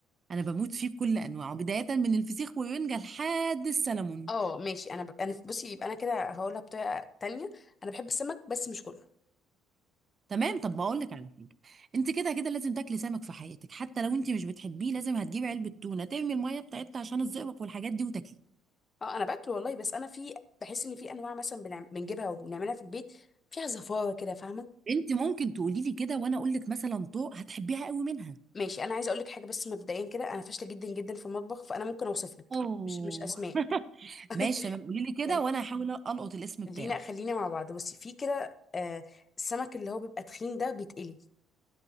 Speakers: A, on the right; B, on the left.
A: انا بموت فيه بكل انواعه بدايه من الفسيخ والرنجه لحد السلمون
B: اه ماشي انا ب... انا بصي يبقى انا كده هقولها بطريقه تانية انا بحب السمك بس مش كله
A: تمام طب بقول لك على حاجه انت كده كده لازم تاكلي سمك في حياتك حتى لو انت مش بتحبيه لازم هتجيبي علبه تونه ترمي الميه بتاعتها عشان الزئبق والحاجات دي وتاكليه
B: اه انا باكله والله بس انا في بحس ان في انواع مثلا بنعم... بنجيبها وبنعملها في البيت فيها زفاره كده فاهمه
A: انت ممكن تقولي لي كده وانا اقول لك مثلا طوق هتحبيها قوي منها
B: ماشي انا عايزه اقول لك حاجه بس مبدئيا كده انا فاشله جدا جدا في المطبخ فانا ممكن اوصف لك
A: اه
B: مش مش اسماء <laughs>
A: ماشي تمام قولي لي كده
B: يعني
A: وانا هحاول القط الاسم بتاعه
B: خلينا خلينا مع بعض بصي في كده آه السمك اللي هو بيبقى تخين ده بيتقلي